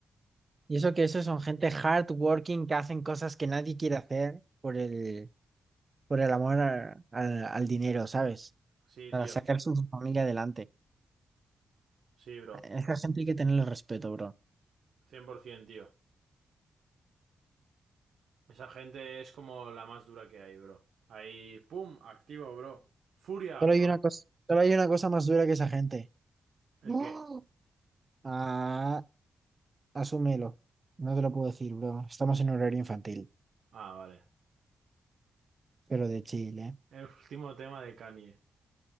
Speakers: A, on the right; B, on the right.
A: Y eso que esos son gente hardworking que hacen cosas que nadie quiere hacer por el, por el amor a- al al dinero, ¿sabes?
B: Sí,
A: Para
B: tío.
A: sacar su familia adelante.
B: Sí, bro.
A: A Esa gente hay que tenerle respeto, bro.
B: 100%, tío. Esa gente es como la más dura que hay, bro. Ahí, pum, activo, bro. Furia.
A: Solo hay una cosa, solo hay una cosa más dura que esa gente.
B: ¿El
A: No.
B: qué?
A: Ah, asúmelo. No te lo puedo decir, bro. Estamos en horario infantil,
B: Ah, vale.
A: pero de Chile.
B: El último tema de Kanye.